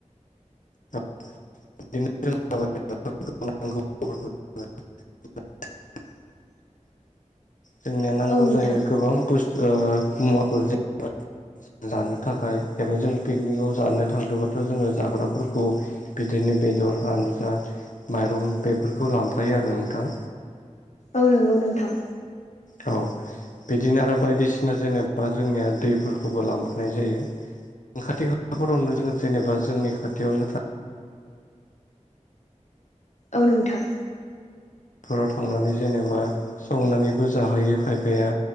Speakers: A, on the left; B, on the left.
A: <unintelligible>
B: <inaudible>
A: जोंनो नांगौ
B: औ नोंथां
A: जायो गोबां बुस्थु ओ मुवाफोर जेन जानो थाखाय एबा जों पिकनिकाव जानो थांदोंबाथ' जोङो जाग्राफोरखौ बिदिनो बेदर आनजा माइरं बेफोरखौ लांफायो आरो नोंथां।
B: औ नोंगौ नोंथां।
A: औ बिदिनो आरो बायदिसिना जेनेबा जोंनिया दैफोरखौबो लांफानाय जायो। खाथि खालाफोरावनो जोङो जेनेबा जोंनि खाथियावनो था
B: औ नोंथां।
A: बेराव थांनानै जेनेबा संनानैबो जाहोयो खायफाया